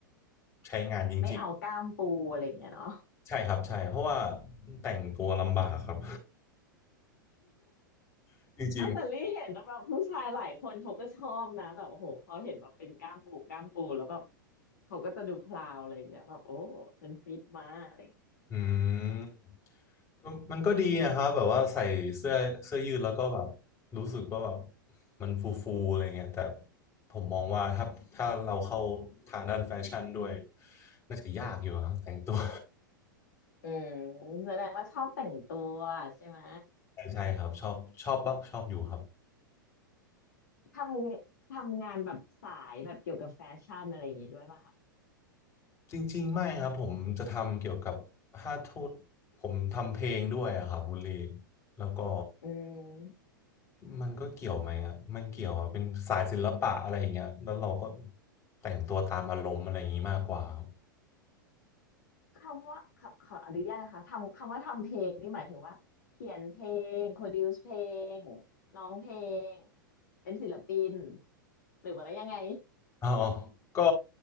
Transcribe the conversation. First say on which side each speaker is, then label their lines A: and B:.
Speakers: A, on the left (about 25°); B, on the left (about 60°).
A: ใช้งานจริง
B: ไม่เอากล้ามปูอะไรอย่างเงี้ยเนาะ
A: ๆใช่ครับใช่เพราะว่าแต่งตัวลำบากครับ <laughs>
B: <laughs>
A: จริง
B: อ้าวแต่ลี่เห็นแบบผู้ชายหลายคนเขาก็ชอบนะแบบโอ้โหเขาเห็นแบบเป็นกล้ามปูกล้ามปูแล้วแบบเขาก็จะดูพลาวอะไรอย่างเงี้ยแบบโอ้ฉันฟิตมาอะไรอย่างเงี้ย
A: ๆอืมก็มันก็ดีนะครับแบบว่าใส่เสื้อเสื้อยืดแล้วก็แบบรู้สึกว่าแบบมันฟูฟูอะไรเงี้ยแต่ผมมองว่าถ้าถ้าเราเข้าทางด้านแฟชั่นด้วยน่าจะยากอยู่ครับแต่งตัว
B: อืมแสดงว่าชอบแต่งตัวใช่ไหม
A: <laughs> ใช่ใช่ครับชอบชอบบ้างชอบอยู่ครับ
B: ทำทำงานแบบสายแบบเกี่ยวกับแฟชั่นอะไรอย่างงี้ด้วยป่ะคะ
A: จริงๆไม่ครับผมจะทำเกี่ยวกับถ้าโทษผมทำเพลงด้วยอะครับคุณลีแล้วก็
B: อืม
A: มันก็เกี่ยวไหมครับมันเกี่ยวอะเป็นสายศิลปะอะไรอย่างเงี้ยแล้วเราก็แต่งตัวตามอารมณ์อะไรอย่างงี้มากกว่าครับ
B: คำว่าขอขออนุญาตนะคะทำคำว่าทำเพลงนี่หมายถึงว่าเขียนเพลงโปรดิวซ์เพลงร้องเพลงเป็นศิลปินหรือว่ายังไง
A: อ๋อก็